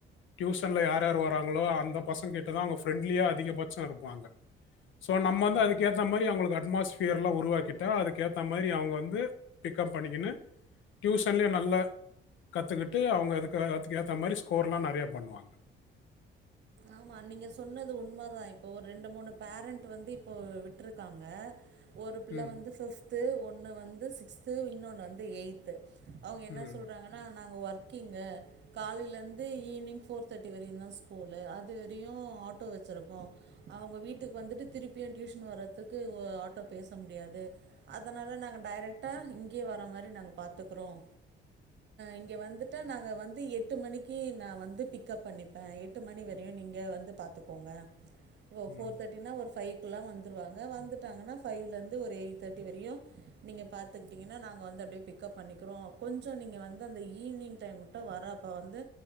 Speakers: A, on the left; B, on the right.
A: டியூஷன்ல யார் யார் வராங்களோ அந்த பசங்க கிட்டதா அவுங்க ஃப்ரெண்ட்லியா அதிகபட்ச இருப்பாங்க ஸோ நம்மந்து
B: ம்
A: அதுக்கேத்த மாரி அவுங்களுக்கு அட்மாஸ்ஃபியர்லா உருவாக்கிட்டா அதுக்கேத்த மாரி அவுங்க வந்து பிக்கப் பண்ணிக்கினு டியூஷன்லயே நல்லா கத்துக்கிட்டு அவுங்க அதுக்க அதுக்கு ஏத்த மாரி ஸ்கோர்லா நறையா பண்ணுவாங்க
B: ஆமா நீங்க சொன்னது உண்ம தா இப்ப ஒரு ரெண்டு மூணு பேரண்ட் வந்து இப்போ விட்ருக்காங்க ஒரு புள்ள
A: ம்
B: வந்து ஃபிஃப் த்து ஒன்னு வந்து சிக்ஸ்த்து இன்னொன்னு வந்து எயித்து அவுங்க என்ன
A: ம்
B: சொல்றாங்கனா நாங்க ஒர்க்கிங்கு காலைலெந்து ஈவினிங் ஃபோர் தேர்ட்டி வரையுந்தா ஸ்கூலு அ து வரையு ஆட்டோ வச்சுருக்கோ அவுங்க வீட்டுக்கு வந்துட்டு திருப்பியு ட்யூஷன் வர்றத்துக்கு வ ஆட்டோ பேச முடியாது அதனால நாங்க டைரக்டா இங்யே வர மாரி நாங்க பாத்துக்குறோஅ இங்க வந்துட்டா நாங்க வந்து எட்டு மணிக்கு நா வந்து பிக்கப் பண்ணிப்பே எட்டு மணி வ ரையு நீங்க வந்து பாத்துக்கோங்க ஓ ஃபோர்
A: ம்
B: தேர்டினா ஒரு ஃபைவ் க்குலா வந்துருவாங்க வந்துட்டாங்கனா ஃபைவ்லந்து ஒரு எயிட் தேர்ட்டி வரையு நீங்க பாத்துக்கிட்டிங்கனா நாங்க வந்து அப்டியே பிக்கப் பண்ணிக்கிறோ கொஞ்சொ நீங்க வந்து அந்த ஈவினிங் டைம் மட்டு வரப்ப வந்து